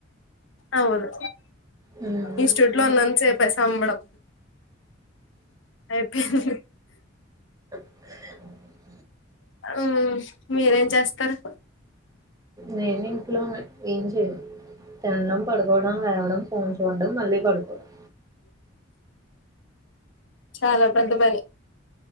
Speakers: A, on the left (about 65°); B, on the right (about 15°).
A: అవును
B: హ్మ్
A: ఇష్ట ఉన్నంతసేపే సంబడం ఐపిఎల్
B: అ
A: ఉమ్ మీరేం చేస్తారు
B: నేను ఇంట్లోనే ఏం చేయను తినడం పడుకోవడం లేవడం ఫోన్ చూడడం మళ్ళీ పడుకోవడం
A: చాలా పెద్ద పని